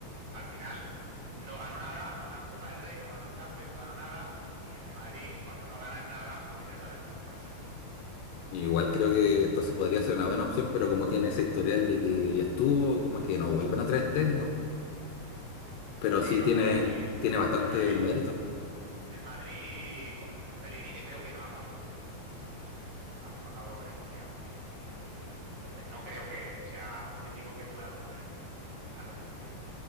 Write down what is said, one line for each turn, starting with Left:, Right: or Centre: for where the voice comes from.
Right: al final, no ganó nada, no ganó Copa del Rey, no ganó Champions, no ganó nada. Y en el Madrid, cuando no ganan nada, pues ya sabes lo que pasa.
Left: Igual creo que esto se podría ser una buena opción, pero como tiene ese historial de que ya estuvo, como que no vuelven a traer técnicos, pero
Right: Sí,
Left: sí
Right: no,
Left: tiene,
Right: el Madrid,
Left: tiene bastante
Right: el Madrid,
Left: mérito.
Right: el Madrid con Pellegrini creo que no acabó muy, muy bien, la verdad. No acabó la historia muy, muy fina. Entonces, no creo que sea un técnico que pueda volver en un futuro en el- al Real Madrid.